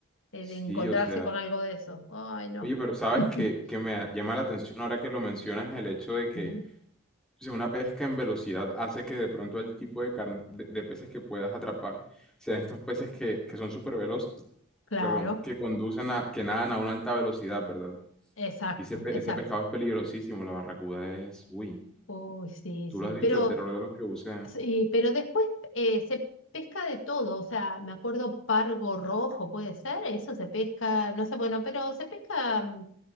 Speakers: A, on the left (about 70°); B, in the centre.
A: eh,
B: sí,
A: de encontrarse
B: o sea,
A: con algo de eso. Ay, no.
B: oye, pero sabes
A: <laughs>
B: que, que me llama la atención ahora que lo mencionas el hecho de que
A: Sí,
B: o sea, una pesca en velocidad hace que de pronto el tipo de, car- de, de peces que puedas atrapar sean estos peces que, que son súper veloces,
A: Claro,
B: perdón, que conducen a, que nadan a una alta velocidad, ¿verdad?
A: exacto,
B: Y ese, pe-
A: exacto.
B: ese pescado es peligrosísimo, la barracuda es, uy,
A: Uy, sí,
B: tú
A: sí,
B: lo has dicho,
A: pero
B: el terror de los que bucean.
A: Sí, pero después eh, se pesca de todo, o sea, me acuerdo pargo rojo, puede ser, eso se pesca, no sé, bueno, pero se pesca mm,